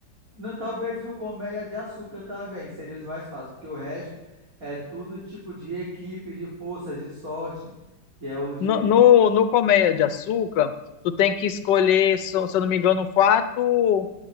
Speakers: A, on the right (about 55°); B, on the left (about 85°).
A: Não, talvez o colmeia de açúcar também seria os mais fáceis, porque o resto é tudo tipo de equipe, de força, de sorte, que é o de.
B: no, no, no Colmeia de Açúcar, tu tem que escolher, se eu se eu não me engano, quatro.